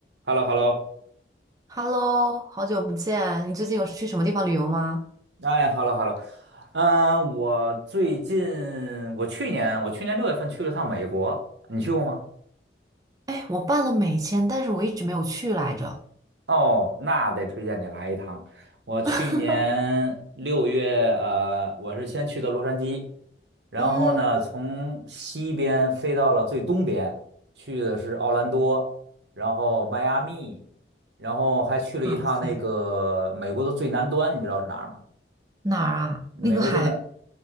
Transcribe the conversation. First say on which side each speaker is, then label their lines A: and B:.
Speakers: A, on the right; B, on the right.
A: h e l l o h e l l o
B: Hello，好久不见，你最近有去什么地方旅游吗？
A: 哎 h e l l o h e l l o 嗯，我最近，我去年，我去年六月份去了趟美国，你去过吗？
B: 哎，我办了美签，但是我一直没有去来着。
A: 哦，那得推荐你来一趟。我去年六月，
B: <laughs>
A: 呃，我是先去的洛杉矶，然后呢，
B: 嗯，
A: 从西边飞到了最东边，去的是奥兰多，然后迈阿密，然后还去了一趟那个美国的最南端，
B: 哇塞，
A: 你知道是哪儿吗？
B: 哪儿啊？
A: 美国最南，
B: 那个海，